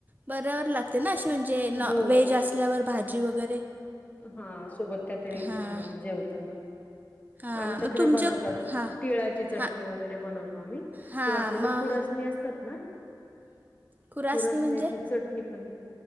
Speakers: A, on the right (about 25°); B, on the left (about 20°).
A: बरोबर लागते ना अशी म्हणजे न
B: हो
A: व्हेज असल्यावर भा भाजी वगैरे.
B: हा सोबत काहीतरी
A: हां
B: अ जेवताना,
A: हां
B: आमच्याकडे
A: मग तुमच्या
B: बनवतात.
A: हां
B: तिळाची चटणी
A: हां
B: वगैरे बनवतो आम्ही,
A: हां
B: किंवा आपले जे
A: मग
B: खुरासणी असतात ना.
A: कुरासनी
B: परसण्याची
A: म्हणजे
B: चटणी पण,